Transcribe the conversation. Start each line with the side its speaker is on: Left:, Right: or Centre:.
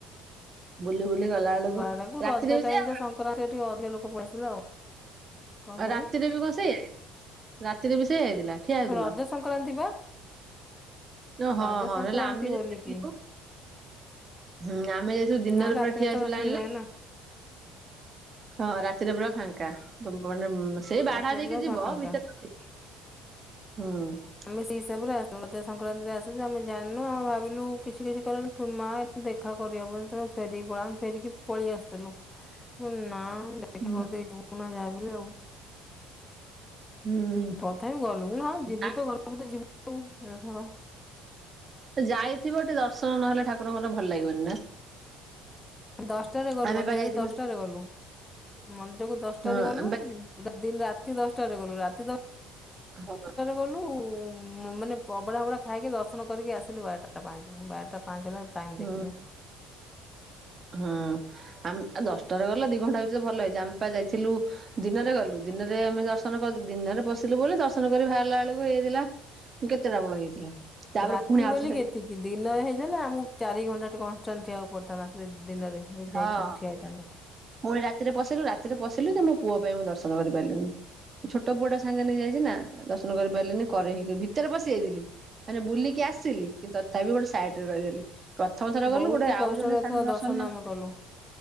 Right: ବୁଲି ବୁଲି ଗଲା ବେଳକୁ
Left: ବାହାରକୁ
Right: ରାତିରେ
Left: ରଜ
Right: ବି
Left: ଟାଇମ
Right: ସେ
Left: ଟା ଟିକେ ଅଧିକ ଲୋକ ପଲେଇ ଆସିଲେ ଆଉ। କଣ
Right: ଆଉ
Left: କହିଲେ?
Right: ରାତିରେ ବି କଣ ସେଇଇ ରାତିରେ ବି ସେଇଆ ହେଇଥିଲା ଠିଆ ହେଇଥିଲା।
Left: ରଜ ସଂକ୍ରାନ୍ତି ବା।
Right: ଓ ହଁ
Left: ରଜ
Right: ହଁ
Left: ସଂକ୍ରାନ୍ତି
Right: ନହେଲେ ଆମେ
Left: ବୋଲିକି
Right: ଯଦି ଆଥିବୁ ହୁଁ ଆମେ ଦିନରେ
Left: ନହେଲେ ରାତିରେ
Right: ପୁରା ଠିଆ
Left: ତ
Right: ଆସିଲୁ
Left: ଫ୍ରି
Right: ଆଣିଲେ।
Left: ରହେ ନା
Right: ହଁ ରାତିରେ ପୁରା ଫାଙ୍କା ମାନେ ସେଇ ବାଢା
Left: ରାତିରେ
Right: ଦେଇକି
Left: ପୁରା
Right: ଯିବ
Left: ଫାଙ୍କା।
Right: ଭିତରେ ସେତିକି ହୁଁ।
Left: ଆମେ ସେଇ ହିସାବରେ ଆସିଥିଲୁ ରଜ ସଂକ୍ରାନ୍ତିରେ ଆସୁ ଆମେ ଜାଣିନୁ ଆମେ ଭାବିଲୁ କିଛି କିଛି କରନୁ ମା ଦେଖା କରିହବନି ତମେ ଫେରିକି ପଳା ଆମେ ଫେରିକି ପଳେଇ ଆସିଥିଲୁ ନା ଦେଖା
Right: ହୁଁ
Left: କରିଦେଇଛୁ ଯାହା ବି ହେଲେ ହଉ।
Right: ହୁଁ
Left: ତଥାପି ଗଲୁ ହଁ ଯିବୁ
Right: ଆ
Left: ତ ଘରକୁ ତ ଯିବୁ ଆଉ
Right: ଯାଇଥିବ ଟିକେ ଦର୍ଶନ ନହଲେ ଠାକୁରଙ୍କର ଭଲ ଲାଗିବନି ନା।
Left: ଦଶଟାରେ ଗଲୁ
Right: ଆମେ
Left: ମ
Right: ପା
Left: ଏ
Right: ଯାଇଥିଲୁ
Left: ଦଶଟାରେ ଗଲୁ। ମନ୍ଦିରକୁୁ ଦଶଟାରେ
Right: ହଁ
Left: ଗଲୁ।
Right: ଆମେ ପା
Left: ଦ ରାତି ଦଶଟାରେ ଗଲୁ ରାତି ଦଶ
Right: ହଁ।
Left: ଗଲୁ ମାନେ ଅବଢା ବଢା ଖାଇକି ଦର୍ଶନ କରିକି ଆସିଲୁ ବାରଟା। ଟା ପାଞ୍ଚ ବାରଟା ପାଞ୍ଚ ହେଲା ଟାଇମ
Right: ହୁଁ
Left: ଦେଖିଲୁ।
Right: ହଁ ଆମେ ଦଶଟାରେ ଗଲା ଦି ଘଣ୍ଟା ଭିତରେ ଭଲ ହେଇଛି ଆମେ ପା ଯାଇଥିଲୁ। ଦିନରେ ଗଲୁ ଦିନରେ ଆମେ ଦର୍ଶନ ଦିନରେ ପଶିଲୁ ବୋଲି ଦର୍ଶନ କରି ବାହାରିଲା ବେଳକୁ ହେଇଥିଲା। କେତେଟା ବେଳ ହେଇଥିଲା। ତାପରେ
Left: ରାତି
Right: ପୁଣି ଆଉଥରେ
Left: ବୋଲି ଏତିକି ଦିନ ହେଇଥିଲେ ଆମକୁ ଚାରି ଘଣ୍ଟା ଟେ କଣ। ଅ ଠିଆ ହବାକୁ ପଡିଥାନ୍ତା ସେ ଦିନରେ ଯାଇଥାନ୍ତୁ
Right: ହଁ।
Left: ଠିଆ ହୋଇଥାନ୍ତୁ।
Right: ପୁଣି ରାତିରେ ପଶିଲୁ ରାତିରେ ପଶିଲୁ ତ ମୋ ପୁଅ ପାଇଁ ମୁଁ ଦର୍ଶନ କରିପାରିଲିନି। ଛୋଟ ପୁଅ ଟା ସାଙ୍ଗରେ ନେଇ ଯାଇଛି ନା ଦର୍ଶନ କରିପାରିଲିନି କରେଇକି ଭିତରେ ପଶି ଯାଇଥିଲି। ମାନେ ବୁଲିକି ଆସିଲି କିନ୍ତୁ ତଥାପି ଗୋଟେ ସାଇଟରେ ରହିଗଲି। ପ୍ରଥମ ଥର ଗଲୁ
Left: ବହୁତ
Right: ଗୋଟେ ଆଉ
Left: କଷ୍ଟରେ
Right: ଜଣେ
Left: ଏଥର
Right: ସାମ୍ନା
Left: ଦର୍ଶନ
Right: କୁ ସାମ୍ନା।
Left: ଆମେ କଲୁ।